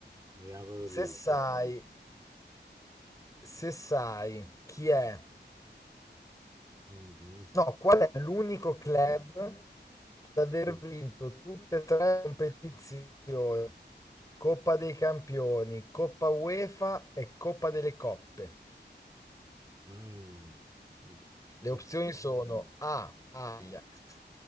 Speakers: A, on the right; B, on the left.
A: Mi auguro
B: Se
A: di...
B: sai se sai chi è,
A: Mhm,
B: no, qual è l'unico club ad aver
A: sì.
B: vinto tutte e tre le competizioni, Coppa dei Campioni, Coppa UEFA e Coppa delle Coppe.
A: Mm.
B: Le
A: Co-
B: opzioni sono A, Ajax,